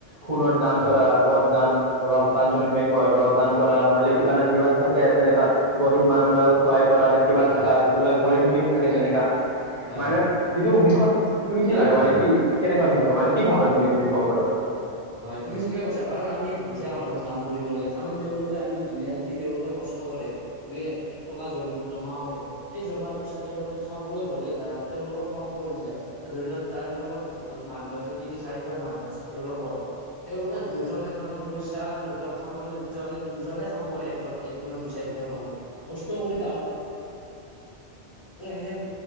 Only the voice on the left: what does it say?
হয়
হয়
হয়
হয়
হয়
উম -উম। <unintelligible> হয় তুমি ঠিকে কৈছা। কাৰণ আমি দুখীয়া মানুহক দান কৰিব লাগে কাৰণ তেওঁলোকে আমি দিনে ৰাতি তেওঁলোকে কষ্ট কৰে। দুয়ে এক টকা জমা জমা কৰে। সেই জমাৰ পইচা তেওঁলোকে খাবলৈ হলে তেওঁলোকৰ কম পৰি যায়। আৰু ধৰি লওক তেওঁলোকৰ হাতত মানুহ আছে তিনি চাৰিজন মানুহ আছে তেওঁলোকৰ তেওঁলোকে দুজন এজনৰ পইচা ধৰি লওক খাবলৈ দুজন - দুজনে খাব পাৰে এজন এদিনৰ পইচা দি তেওঁলোকত কষ্ট কৰি ত ত এনে প